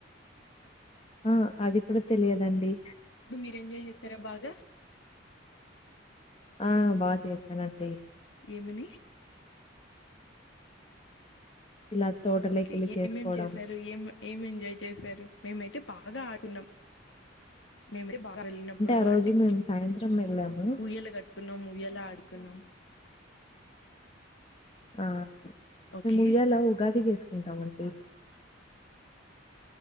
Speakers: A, on the left; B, on the left.
A: ఆ అది కూడా తెలియదండి
B: ఇప్పుడు మీరు ఎంజాయ్ చేస్తారా బాగా
A: ఆ బాగా చేసానండి
B: ఏమిని
A: ఇలా తోటలోకెళ్ళి
B: ఓకే ఎమ్
A: చేసుకోవడం.
B: ఏమేం చేశారు ఏం ఏం ఎంజాయ్ చేశారు మేమైతే బాగా ఆడుకున్నాం మేమే బాగా వెళ్ళినప్పుడు
A: ఆ రోజు
B: అంటే
A: మేము సాయంత్రం వెళ్ళాము.
B: ఊయ్యలా కట్టుకున్నాం ఉయ్యలా ఆడుకున్నాం
A: ఆ
B: ఓకే
A: మేము ఉయ్యాల ఉగా టివి వేసుకుంటామండి